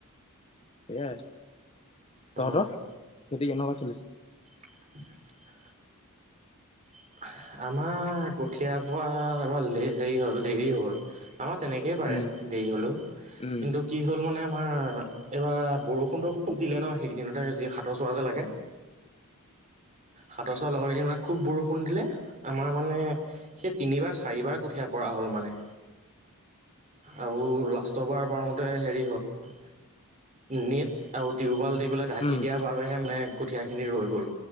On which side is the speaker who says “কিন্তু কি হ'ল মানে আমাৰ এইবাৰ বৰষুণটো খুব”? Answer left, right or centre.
Right